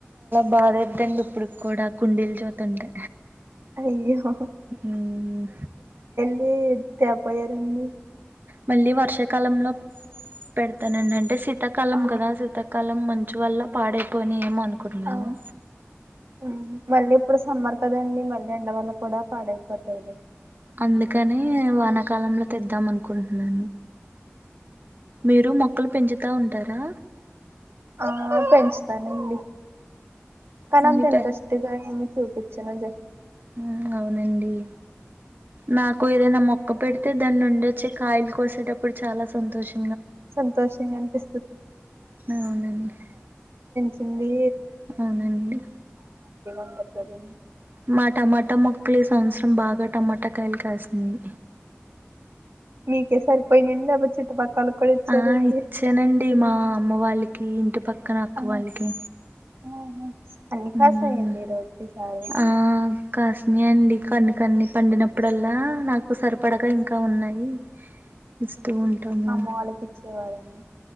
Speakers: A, on the right; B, on the right.
A: బాధెదండీ ఇప్పుడు కూడా కుండీల్ చోతుంటే
B: అయ్యో
A: మ్మ్
B: ఏ దెబ్బయరన్ని
A: మళ్ళీ వర్షాకాలంలో పెడతాననంటే సి కాలం
B: ఆ
A: కదా సీతాకాలం మంచి వల్ల పాడైపోయిన ఏమో అన్ కున్నాను
B: ఆ ఉమ్. మళ్ళీ ఇప్పుడు సమ్మర్ కదండి మళ్ళ ఎండ వల్ల కూడా పాడై పత ఇదు
A: అందుకని వాన కాలంలో తెద్దాం అనుకుంటున్నా మీరు మొక్కలు పెంచుతా ఉంటారా
B: ఆ పెంచుతానండి కనంత
A: మీ
B: ఇంట్రెస్ట్ గా ఏమీ చూపు ఇచ్చినజే
A: మ్ అవునండి నాకు ఏదైనా మొక్క పెడితే దాన్నుండచ్చే కాయలు కోసేటప్పుడు చాలా సంతోషం
B: సంతోషంగా అని
A: అవునండి
B: సింది
A: అవునండి
B: ఉంటది కదండి
A: మా టమాటా
B: ఉమ్.
A: మొక్కలు ఈ సంవత్సరం బాగా టమాటా ట కాయలు కాసినయ్
B: మీకే సరిపోయినయండి లేపోతే చుట్టుపక్కల కూడా ఇచ్చారండి
A: ఆ ఇచ్చానండి మా అమ్మ వాళ్ళకి ఇంటి పక్కన అక్క
B: ఆహా,
A: వాళ్ళకి
B: ఆహా. అన్ని
A: మ్మ్
B: కాసాయండి ఈరోజు ఈసారి
A: ఆ కాస్ని అండి కొన్ని కొన్ని పండినప్పుడు డల్లా నాకు సరిపడగా ఇంకా ఉన్నాయి ఇస్తూ ఉంటాము
B: అమ్మ వాళ్ళకి ఇచ్చేవారని